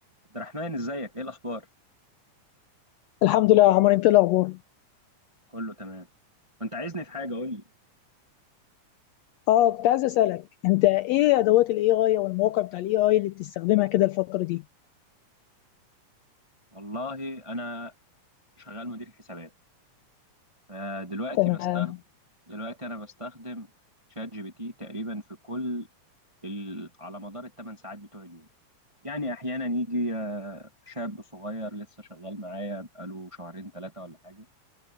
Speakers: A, on the right; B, on the left.
A: عبد الرحمن ازيك ايه الاخبار
B: الحمد لله يا عمر انت ايه الاخبار
A: كله تمام كنت عايزني في حاجه قول لي
B: اه كنت عايز اسالك انت ايه ادوات الاي اي او المواقع بتاع الاي اي اللي بتستخدمها كده الفتره دي
A: والله انا شغال مدير حسابات فدلوقتي
B: تمام
A: بستخدم دلوقتي انا بستخدم شات جي بي تي تقريبا في كل ال... على مدار الثمان ساعات بتوع اليوم يعني احيانا يجي آه، شاب صغير لسه شغال معايا بقاله شهرين ثلاثه ولا حاجه